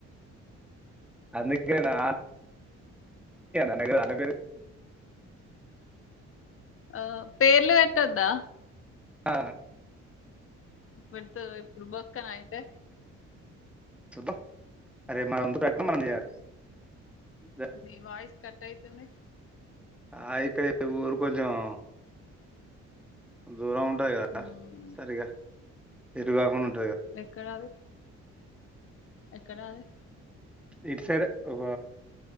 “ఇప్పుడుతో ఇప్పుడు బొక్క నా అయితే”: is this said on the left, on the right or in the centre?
Left